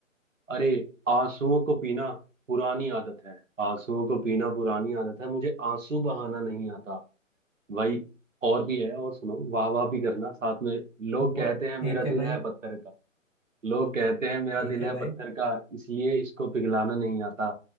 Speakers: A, on the right (about 70°); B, in the centre.
A: अरे आंसुओं को पीना पुरानी आदत है आंसुओं को पीना पुरानी आदत है मुझे आंसू बहाना नहीं आता भाई और भी है और सुनो वाह वाह भी करना साथ में लोग
B: वो
A: कहते हैं मेरा
B: ठीक
A: दिल
B: है भाई
A: है पत्थर का लोग कहते हैं मेरा
B: ठीक
A: दिल
B: है
A: है
B: भाई
A: पत्थर का इसलिए इसको पिघलाना नहीं आता